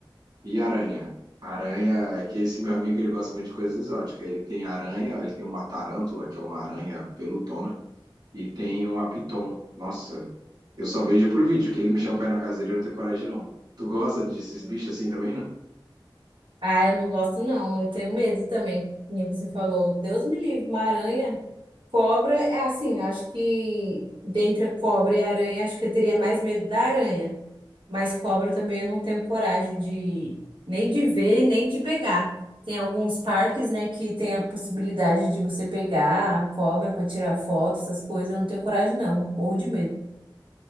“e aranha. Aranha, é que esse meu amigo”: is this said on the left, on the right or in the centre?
Right